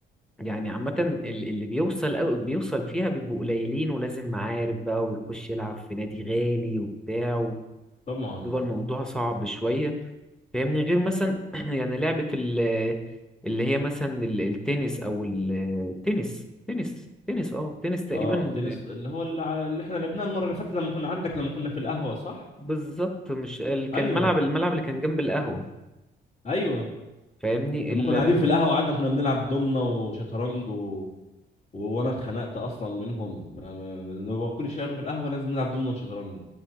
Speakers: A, in the centre; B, on the left.
A: يعني عامة ال- اللي بيوصل أو بيوصل فيها بيبقوا قليلين ولازم معارف بقى ويخش يلعب في نادي غالي وبتاع
B: طبعا
A: بيبقى الموضوع صعب شوية فاهمني غير مثلا <clears throat> يعني لعبة ال اللي هي مثلا ال- التنس أو ال- التنس تنس تنس اه تنس تقريبا
B: اه التنس اللي هو اللي, على- اللي احنا لعبناه المره اللي فاتت لما كنا عندك لما كنا في القهوه صح
A: بالظبط مش ال- كان
B: ايوه
A: الملعب الملعب اللي كان جنب القهوة
B: ايوه
A: فاهمني
B: لما
A: ال
B: كنا قاعدين في القهوه قعدنا كنا بنلعب دومنه وشطرنج و... و... وانا اتخنقت اصلا منهم ما- ما- ما- إن هو كل شويه نروح القهوه لازم نلعب دومنه وشطرنج